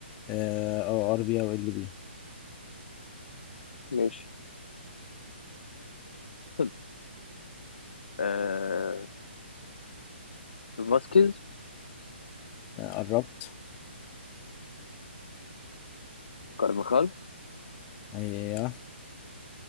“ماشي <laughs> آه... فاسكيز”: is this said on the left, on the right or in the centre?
Left